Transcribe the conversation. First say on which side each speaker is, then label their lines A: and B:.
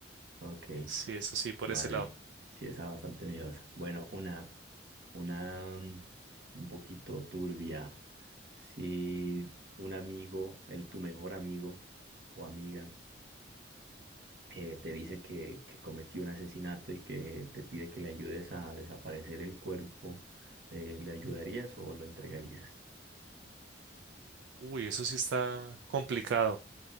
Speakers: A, on the right (about 55°); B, on the right (about 75°).
A: Ok,
B: sí, eso sí, por
A: vale.
B: ese lado.
A: Sí, esa bastante miedosa. Bueno, una, una mm, un poquito turbia. Si un amigo, el tu mejor amigo o amiga, eh, te dice que, que cometió un asesinato y que te pide que le ayudes a desaparecer el cuerpo, eh, ¿le ayudarías o lo entregarías?
B: Uy, eso sí está complicado.